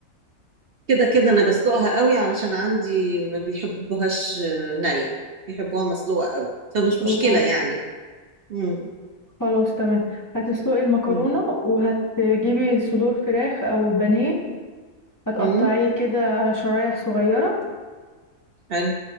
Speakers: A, on the right; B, on the left.
A: كده كده انا بسلقها قوي علشان عندي ما بيحبوهاش آه، ني بيحبوها مسلوقة قوي فمش
B: والله
A: مشكلة يعني مم.
B: خلاص تمام هتسلقي المكرونة
A: مم.
B: وهتجيبي صدور فراخ أو بانيه هتقطعيه
A: مم.
B: كده شرايح صغيرة
A: حلو